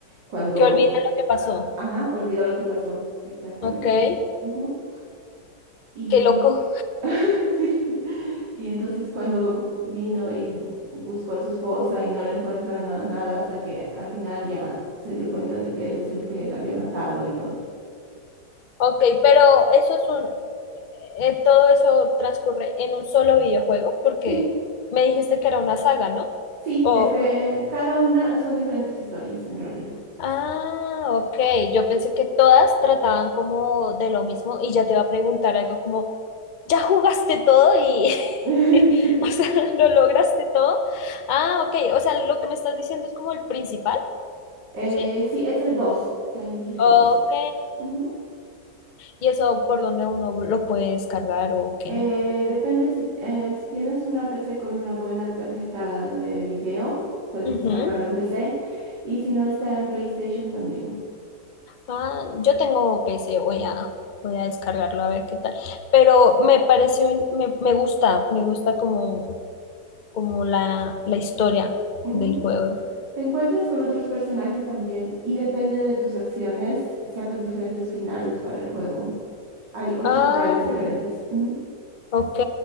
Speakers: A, on the right (about 80°); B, on the left (about 70°).
A: cuando,
B: Que olvidan lo que pasó.
A: a- ajá, olvidó lo que pasó, exactamente.
B: Ok, qué
A: Ujú. Y
B: loco.
A: <laughs> sí, y entonces cuando vino y bu- buscó a su esposa y no le encuentra na- nada hasta que al final ya se dio cuenta de que él es el que la había matado y todo.
B: Ok, pero eso es un... eh, eh, todo eso transcurre en un solo videojuego porque
A: Sí,
B: me dijiste que era una saga, ¿no?
A: sí,
B: O...
A: es que cada una son diferentes historias en realidad.
B: Ah, ok. Yo pensé que todas trataban como de lo mismo y ya te iba a preguntar algo como, ¿ya jugaste todo y... <laughs>
A: <laughs> Sí.
B: O sea, ¿lo lograste todo? Ah, ok. O sea, lo que me estás diciendo es como el principal,
A: Eh,
B: ¿sí?
A: sí, es el 2, Silent Hill
B: Ok.
A: dos. Ujú.
B: ¿Y eso por dónde uno lo puede descargar o qué?
A: Eh, depende si, eh, si tienes una PC con una buena tarjeta de video, puedes
B: Ujú.
A: descargarlo en PC y si no está en PlayStation también.
B: Ah, yo tengo PC, voy a, voy a descargarlo a ver qué tal. Pero
A: Sí.
B: me parece, un- me, me gusta, me gusta como, como la, la historia
A: Ujú.
B: del juego.
A: Te encuentras con otros personajes también y depende de tus acciones, sacas diferentes finales para el juego. Hay ocho
B: Ah,
A: finales diferentes. Ujú.
B: ok,